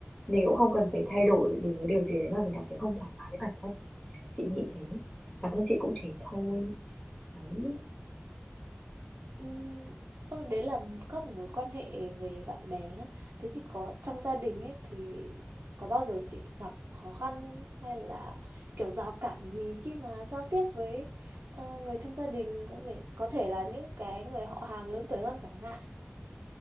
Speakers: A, on the left; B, on the right.
A: mình cũng không cần phải thay đổi vì một điều gì đấy mà mình cảm thấy không thoải mái với bản thân mình. Chị nghĩ thế, bản thân chị cũng thế thôi. Đấy.
B: Ừ, thôi đấy là các mối quan hệ về bạn bè nhá thế thì có trong gia đình ấy thì có bao giờ chị gặp khó khăn hay là kiểu rào cản gì khi mà giao tiếp với ờ, người trong gia đình có thể có thể là những cái người họ hàng lớn tuổi hơn chẳng hạn